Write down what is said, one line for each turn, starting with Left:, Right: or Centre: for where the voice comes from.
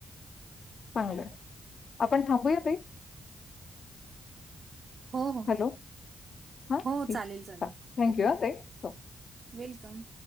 Left: चांगलय, आपण थांबूया ताई?
Right: हो, हो,
Left: हॅलो, हा
Right: हो,
Left: ठीक
Right: चालेल,
Left: ये,
Right: चालेल.
Left: थँक
Right: हो,
Left: यू ह ताई, हो
Right: वेलकम.